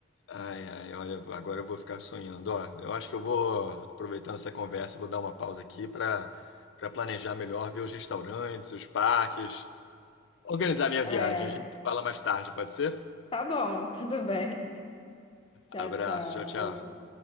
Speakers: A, on the left; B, on the left.
A: Ai, ai, olha, agora eu vou ficar sonhando. Ó, eu acho que eu vou, aproveitando essa conversa, vou dar uma pausa aqui para para planejar melhor, ver os restaurantes, os parques. organizar minha viagem.
B: É,
A: A gente se fala mais tarde, pode ser?
B: tá bom, <laughs> tudo bem. Tchau,
A: Abraço,
B: tchau.
A: tchau, tchau.